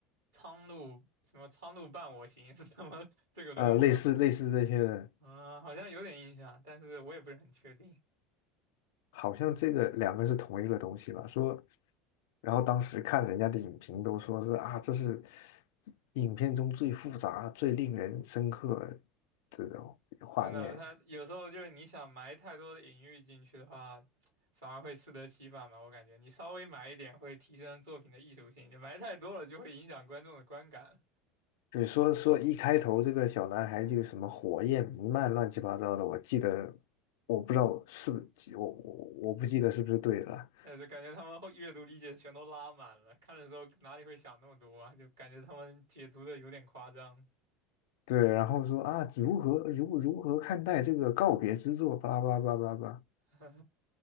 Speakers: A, on the right; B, on the left.
A: 苍鹭什么苍鹭伴我行 <laughs> 是什么 <laughs> 这个东西吗？
B: 呃，类似类似这些的，
A: 嗯，好像有点印象，但是我也不是很确定。
B: 好像这个两个是同一个东西吧？说，然后当时看人家的影评都说是啊，这是影片中最复杂、最令人深刻的画面。
A: 真的，他有时候就是你想埋太多的隐喻进去的话，反而会适得其反嘛。我感觉你稍微埋一点会提升作品的艺术性，你埋太多了就会影响观众的观感。
B: 对，说说一开头这个小男孩就什么火焰弥漫、乱七八糟的，我记得，我不知道是不是我我我不记得是不是对了。
A: 呃，就感觉他们会阅读理解全都拉满了，看的时候哪里会想那么多啊？就感觉他们解读的有点夸张。
B: 对，然后说啊，如何如如何看待这个告别之作？巴拉巴拉巴拉巴拉。
A: <laughs>